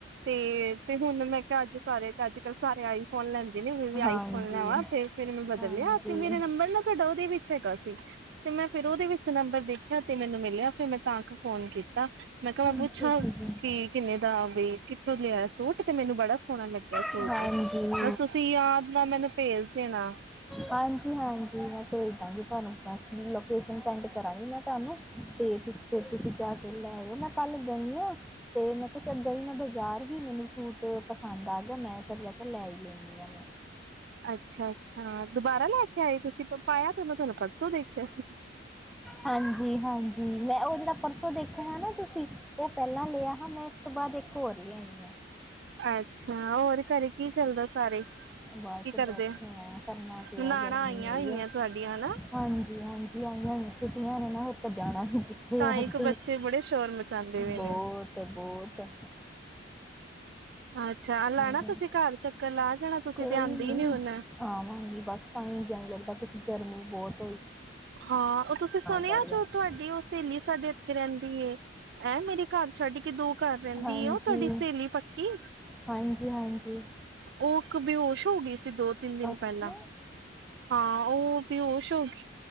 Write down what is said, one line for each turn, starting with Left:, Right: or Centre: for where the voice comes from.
Right: ਤੇ, ਤੇ ਹੁਣ ਮੈਂ ਕਿਹਾ ਅੱਜ ਸਾਰੇ ਅੱਜ ਕੱਲ ਸਾਰੇ ਆਈਫੋਨ ਲੈ ਦੇ ਨੇ ਵੀ ਆਈਫੋਨ
Centre: ਹਾਂਜੀ
Right: ਲੈਵਾ ਤੇ ਫਿਰ ਮੈਂ ਬਦਲਿਆ
Centre: ਹਾਂਜੀ
Right: ਤੇ ਮੇਰਾ ਨੰਬਰ ਨਾ ਤੁਹਾਡਾ ਉਹਦੇ ਵਿੱਚ ਹੈਗਾ ਸੀ। ਤੇ ਮੈਂ ਫੇਰ ਉਹਦੇ ਵਿੱਚ ਨੰਬਰ ਦੇਖਿਆ ਤੇ ਮੈਨੂੰ ਮਿਲਿਆ ਫਿਰ ਮੈਂ ਤਾਂ ਫੋਨ ਕੀਤਾ। ਮੈਂ ਕਿਹਾ ਓ ਪੁੱਛੋ
Centre: ਅੱਛਾ ਅੱਛਾ ਜੀ
Right: ਕੀ ਕਿੰਨੇ ਦਾ ਵੈ ਕਿੱਥੋਂ ਲਿਆ ਸੂਟ ਤੇ ਮੈਨੂੰ ਬੜਾ ਸੋਹਣਾ ਲੱਗਿਆ ਸੂਟ।
Centre: ਹਾਂਜੀ ਹਾਂਜੀ
Right: ਬਸ ਤੁਸੀਂ ਯਾਦ ਨਾ ਮੈਨੂੰ ਭੇਜ ਦੇਣਾ।
Centre: ਹਾਂਜੀ-ਹਾਂਜੀ ਮੈਂ ਭੇਜ ਦਾਗੀ ਤੁਹਾਨੂੰ ਬ ਲੋਕੇਸ਼ਨ ਸੈਂਡ ਕਰਾਂਗੀ ਮੈਂ ਤੁਹਾਨੂੰ। ਤੇ ਫੇਰ ਤੁਸੀ ਜਾ ਕੇ ਲੈ ਆਇਓ ਮੈਂ ਕੱਲ ਗਈ ਆ ਤੇ ਮੈਂ ਕਿਹਾ ਚਲ ਗਈ ਹਾਂ ਮੈਂ ਬਾਜ਼ਾਰ ਹੀ ਮੈਨੂੰ ਸੂਟ ਪਸੰਦ ਆ ਗਿਆ ਮੈਂ ਫਿਰ ਲੈ ਕੇ ਲੈ ਹੀ ਲੈਂਨੀ ਆ ਮੈਂ।
Right: ਅੱਛਾ-ਅੱਛਾ ਦੁਬਾਰਾ ਲੈ ਕੇ ਆਏ ਤੁਸੀ ਪਾਇਆ ਤੇ ਉਹਨੂੰ ਤੁਹਾਨੂੰ ਪਰਸੋਂ ਦੇਖਿਆ ਸੀ।
Centre: ਹਾਂਜੀ-ਹਾਂਜੀ ਮੈਂ ਉਹ ਜਿਹੜਾ ਪਰਸੋਂ ਦੇਖਿਆ ਹੈ ਨਾ ਤੁਸੀਂ ਉਹ ਪਹਿਲਾਂ ਲਿਆ ਹੈ ਮੈਂ ਉਸ ਤੋਂ ਬਾਅਦ ਇੱਕ ਹੋਰ ਲਿਆਈ ਆ।
Right: ਅੱਛਾ ਹੋਰ ਘਰੇ ਕੀ ਚੱਲਦਾ ਸਾਰੇ?
Centre: ਬਸ
Right: ਕੀ ਕਰਦੇ
Centre: ਬੈਠੇ ਆ ਕਰਨਾ ਕੇ
Right: ਨਨਾਣਾ
Centre: ਹੈ ਗਰਮੀ
Right: ਆਈਆਂ
Centre: ਹੋਈ
Right: ਹੋਈਆਂ
Centre: ਹੈ।
Right: ਤੁਹਾਡੀਆਂ ਹਨਾ
Centre: ਹਾਂਜੀ-ਹਾਂਜੀ ਆਈਆ ਹੋਈਆ ਛੁੱਟੀਆਂ ਨੇ ਨਾ ਹੋਰ ਤਾ ਜਾਣਾ <unintelligible> ਦੇ
Right: ਤਾਂ
Centre: ਹਤੀ
Right: ਇੱਕ ਬੱਚੇ ਬੜੇ ਸ਼ੋਰ ਮਚਾਉਂਦੇ ਪਏ
Centre: ਬੋਹਤ-ਬੋਹਤ।
Right: ਨੇ। ਅੱਛਾ ਲਾਣਾ
Centre: ਆਈਆਂ
Right: ਤੁਸੀਂ ਕੱਰ ਚੱਕਰ ਲਾ ਜਾਣਾ ਤੁਸੀਂ
Centre: ਕੋਈ
Right: ਤੇ ਆਉਂਦੇ
Centre: ਨੀ
Right: ਹੀ ਹੁਣ
Centre: ਆਵਾਂਗੀ ਬਸ ਟਾਈਮ ਜਾ ਨੀ ਲੱਗਦਾ ਕੁਛ ਗਰਮੀ ਬੋਤ
Right: ਹਾਂ ਓ ਤੁਸੀਂ ਸੁਣਿਆ
Centre: ਕਰਕੇ
Right: ਜੋ ਤੁਹਾਡੀ ਉਹ ਸਹੇਲੀ ਸਾਡੇ ਇਥੇ ਰਹਿੰਦੀ ਐਂ ਮੇਰੇ ਘਰ ਛੱਡ ਕੇ ਦੋ ਘਰ ਰਹੰਦੀ
Centre: ਹਾਂਜੀ,
Right: ਏ ਉਹ ਤੁਹਾਡੀ ਸਹੇਲੀ ਪੱਕੀ।
Centre: ਹਾਂਜੀ-ਹਾਂਜੀ
Right: ਉਹ ਇੱਕ ਬੇਹੋਸ਼ ਹੋ ਗਈ ਸੀ ਦੋ ਤਿੰਨ ਦਿਨ
Centre: ਅੱਛਾ
Right: ਪੇਹਲਾਂ ਹਾਂ ਉ ਬੇਹੋਸ਼ ਹੋ ਗਈ